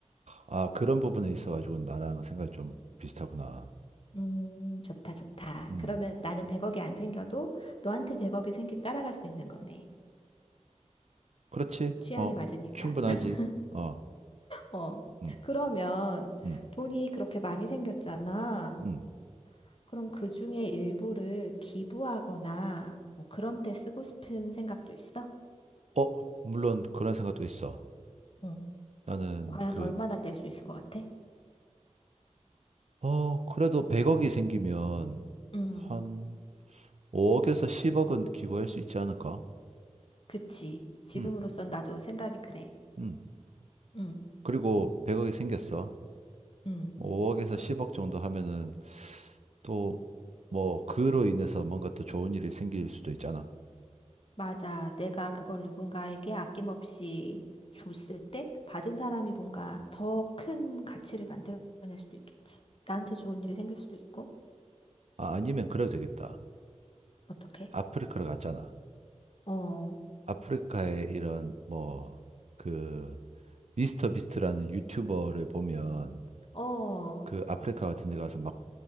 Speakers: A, on the right; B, on the left.
A: 아, 그런 부분에 있어가지고 나랑 생각이 좀 비슷하구나.
B: 음, 좋다, 좋다.
A: 음,
B: 그러면 나는 100억이 안 생겨도 너한테 100억이 생기면 따라갈 수 있는 거네.
A: 그렇지.
B: 취향이
A: 어,
B: 맞으니까.
A: 충분하지.
B: <laughs>
A: 어,
B: 어.
A: 음,
B: 그러면
A: 음,
B: 돈이 그렇게 많이 생겼잖아.
A: 음.
B: 그럼 그 중에 일부를 기부하거나 뭐 그런 데 쓰고 싶은 생각도 있어?
A: 어, 물론 그런 생각도 있어.
B: 응.
A: 나는
B: 과연
A: 그
B: 얼마나 뗄 수 있을 것 같아?
A: 어, 그래도 100억이 생기면
B: 음,
A: 한 5억에서 10억은 기부할 수 있지 않을까?
B: 그치. 지금으로선
A: 음,
B: 나도 생각이 그래.
A: 음.
B: 음,
A: 그리고 100억이 생겼어.
B: 음,
A: 5억에서 10억 정도 하면은 또 뭐 그로 인해서 뭔가 또 좋은 일이 생길 수도 있잖아.
B: 맞아. 내가 그걸 누군가에게 아낌없이 줬을 때 받은 사람이 뭔가 더 큰 가치를 만들어낼 수도 있겠지. 나한테 좋은 일이 생길 수도 있고.
A: 아, 아니면 그래도 되겠다.
B: 어떻게
A: 아프리카를 갔잖아.
B: 어,
A: 아프리카에 이런 뭐 그 미스터 비스트라는 유튜버를 보면
B: 어,
A: 그 아프리카 같은 데 가서 막